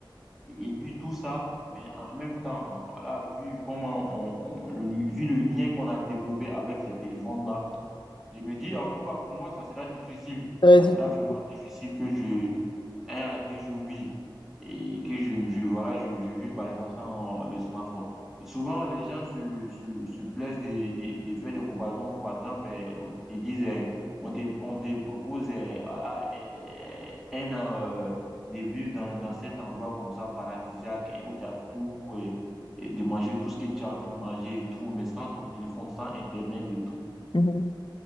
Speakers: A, in the centre; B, on the left (about 70°).
A: et puis tout ça, mais en même temps, voilà, vu comment on, on- le, vu le lien qu'on a développé avec ces téléphones-là, je me dis, en tout cas pour moi, ça sera difficile.
B: très
A: Ça sera
B: utile.
A: vraiment difficile que je, un à deux jours, oui, et que je, je voilà, je, je vis par exemple sans le smartphone. Et souvent, les gens se, se, se plaisent de, de, de faire des comparaisons. Par exemple, eh, on te dit, eh, on te, on te propose eh, voilà, eh, un an euh, de vivre dans, dans cet endroit comme ça, paradisiaque, eh, où tu as tout, eh, et de manger tout ce que tu as envie de manger et tout, mais sans ton téléphone, sans Internet et tout.
B: Mhm.